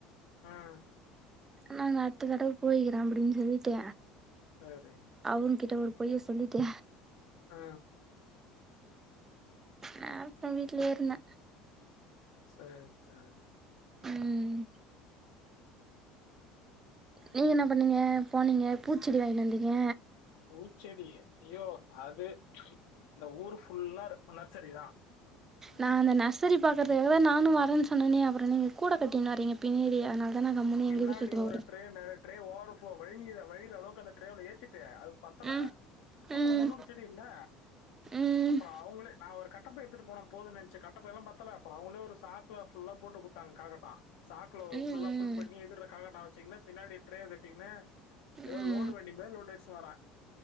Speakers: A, on the left; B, on the right.
A: ம்
B: நாங்க அடுத்த தடவ போய்க்கிற அப்புடின் சொல்லிட்டு
A: சரி
B: அவுங் கிட்ட ஒரு பொய்ய சொல்லிட்டு
A: அ
B: நே அப்ற வீட்லியே இருந்த
A: சேர் சேர்
B: ம் நீங்க என்ன பண்ணீங்க போனீங்க பூச்செடி வாங்கினு வந்தீங்க
A: பூச்செடி ஐய்யோ அது இந்த ஊரு ஃபுல்லா ரு நர்சரி தா
B: நா அந்த நர்சரி பக்கத்துல தா நானு வரேன்னு சொன்னேனே அப்புறோ நீங்க கூட கட்டினு வரீங்க பின்னாடி அதனால தா நா கம்முனு
A: பின்னாடி
B: எங்க வீட்டுக்கு போறே
A: ஒரு ட்ரே நெறய ட்ரே ஓவர் ஃப்ளோ வழிய வழியிற அளவுக்கு அந்த ட்ரேவ்ல ஏத்தி டு அது பத்தல
B: ம்
A: மொத்தோ
B: ம்
A: முன்னூறு செடில
B: ம்
A: அப்புறோ அவுங்களே நா ஒரு கண் கட்ட பை எத்துட்டு போனா போதுன்னு நெனச்சு கட்டப்பைலா பத்தல அப்புறோ அவுங்களே ஒரு சாக்குல ஃபுல்லா போட்டு குத்தாங்க காக்கட்டா சாக்குல
B: ம்
A: ஃபுல்லா
B: ம்
A: ஃபுல் பண்ணி எதுர்ல காக்கட்டா வச்சிங்கனா பின்னாடி ட்ரே கட்டிக்குன்னு
B: ம்
A: ஏதோ லோடு வண்டி மாரி லோடு அடிச்சு வரா